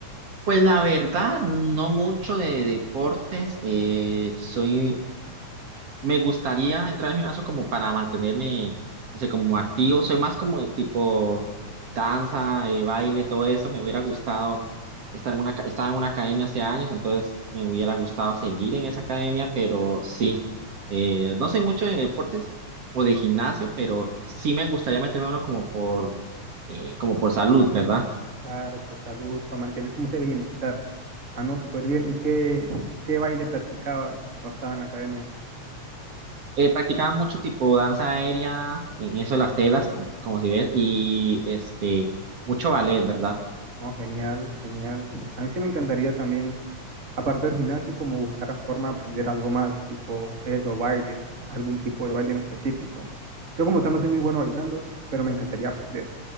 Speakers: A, on the right; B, on the right.
A: pues la verdad, no mucho de deportes. eh, soy Me gustaría entrar al gimnasio como para mantenerme, no sé, como activo. Soy más como de tipo danza, eh, baile, todo eso. Me hubiera gustado estar en una, aca- estaba en una academia hace años, entonces me hubiera gustado seguir en esa academia, pero sí. Eh, no soy mucho de deportes o de gimnasio, pero sí me gustaría meterme a uno como por, eh, como por salud, ¿verdad?
B: Claro, por salud, para mantener como ese bienestar. Ah, no, súper bien. ¿Y qué, qué baile practicabas cuando estabas en la academia?
A: Eh, practicaba mucho tipo danza aérea, en eso de las telas, como, como si ves, y este, mucho ballet, ¿verdad?
B: Oh, genial, genial. A mí sí me encantaría también, aparte del gimnasio, como buscar la forma de aprender algo más, tipo eso, baile, algún tipo de baile en específico. Yo como tal no soy muy bueno bailando, pero me encantaría aprender.